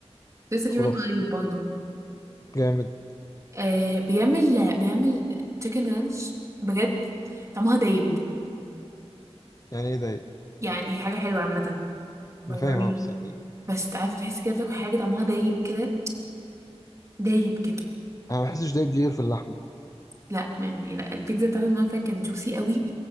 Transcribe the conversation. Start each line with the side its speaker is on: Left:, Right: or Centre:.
Right: لسه في
Left: خرافي
Right: من قريب
Left: خرافي.
Right: برضه
Left: جامد
Right: آه بيعمل بيعمل تشيكن رانش بجد طعمها دايب
Left: يعني ايه ده
Right: يعني هي حاجه حلوه عامه بيضاويه
Left: انا فاهم اه بس يعني إيه؟
Right: بس عارفه تحس كده بتاكل حاجه طعمها دايب كده دايب كده
Left: انا ما بحسش دايب دي غير في اللحمه
Right: لا يعني لا البيتزا بتاعته المره اللي فاتت كانت جوسي قوي